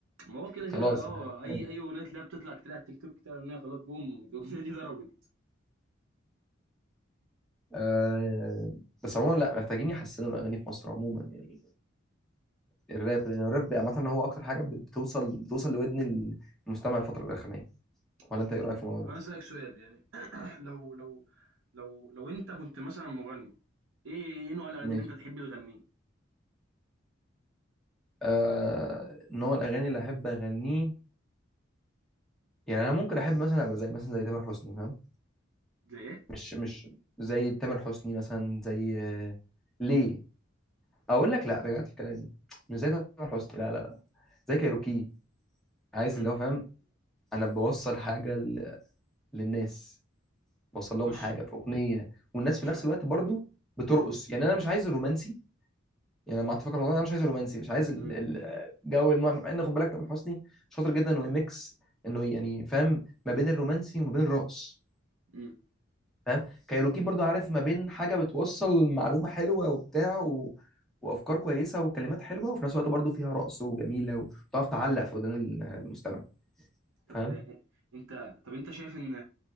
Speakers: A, on the right (about 85°); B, in the centre.
A: ما هو كده
B: خلاص
A: كده اه اي
B: يعني
A: اي اغنيه تلاقيها بتطلع كتير على التيك توك كده اغنيه خلاص بوم الاغنيه دي ضربت
B: آه بس عموما لا محتاجين يحسنوا الاغاني في مصر عموما يعني الراب لان الراب عامه هو اكتر حاجه بتوصل بتوصل لودن المستمع الفتره الاخرانيه ولا
A: طب
B: انت ايه
A: طب
B: رايك في الموضوع
A: طب
B: ده؟
A: انا اسالك سؤال يعني <clears throat> لو لو لو لو انت كنت مثلا مغني ايه ايه نوع الاغاني
B: ماشي
A: اللي انت تحب تغنيه
B: آه نوع الاغاني اللي احب اغنيه يعني انا ممكن احب مثلا ابقى زي مثلا زي تامر حسني فاهم
A: زي ايه
B: مش مش زي تامر حسني مثلا زي آه، ليه اقول لك لا رجعت في كلامي مش زي تامر حسني لا لا لا زي كايروكي عايز
A: امم
B: اللي هو فاهم انا بوصل حاجه ل... للناس بوصل لهم
A: بص
B: حاجه في اغنيه والناس
A: مش
B: في نفس
A: ع-
B: الوقت برضو بترقص يعني انا مش عايز الرومانسي يعني انا ما اتفق الموضوع انا مش عايز الرومانسي مش عايز ال-
A: امم
B: ال- الجو المهم مع ان خد بالك تامر حسني شاطر جدا انه يميكس انه يعني فاهم ما بين الرومانسي وما بين الرقص
A: امم
B: فاهم كايروكي برضو عارف ما بين حاجه بتوصل معلومه حلوه وبتاع و... وافكار كويسه وكلمات حلوه وفي نفس الوقت برضو فيها رقص وجميله وتعرف تعلق في ودان ال- المستمع
A: طب
B: فاهم
A: إيه- إيه، انت طب انت شايف ان